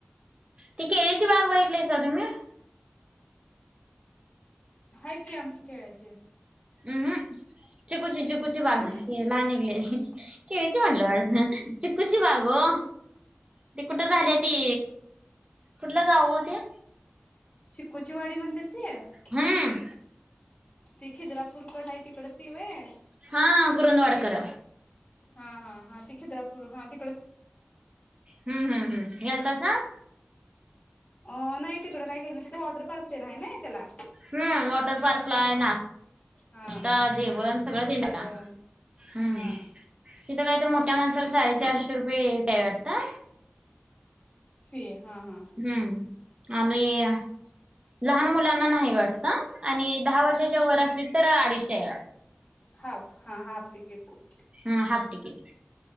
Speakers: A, on the right; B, on the left.
A: ती केळीची बाग बघीतलीसा तुम्ही.
B: हायत की आमची केळाची
A: उं हुं. चिकुच चिकुची बाग.
B: हा
A: लाल निघलेली केळीची म्हणलं. चींकूची बाग ओ. ते कुठं झाल्या ती, कुठलं गाव ओ ते.
B: चिंकूची वाडी म्हणत्यात ती.
A: हम्म
B: ती खिद्रापूर कड हाय तिकडं ती वय.
A: हा. कुरुंदवाडकर.
B: हा हा हा ती खद्रापूर हा ती.
A: ह्म ह्म ह्म गेलतासा.
B: अ.. नाई तिकडं काय गेलं नाई, तिथं वॉटर पार्क तें न हाय नाई त्याला.
A: हम् वॉटर पार्क ला येणार.
B: हा
A: ष्टा, जेवण सगळं देणार
B: जेवण
A: का? ह्म.
B: हा
A: तिथं काय तर मोठ्या माणसाला साडेचारशे रुपये हाय वाटतं.
B: फी. हा हा.
A: हम्म् आमी.. इ.. या लहान मुलांना नाही वाटत. आणि दहा वर्षाच्या वर असली तर आडीचशेय वाट
B: हाप हा हाप तीकीट.
A: हा हाप टिकीट.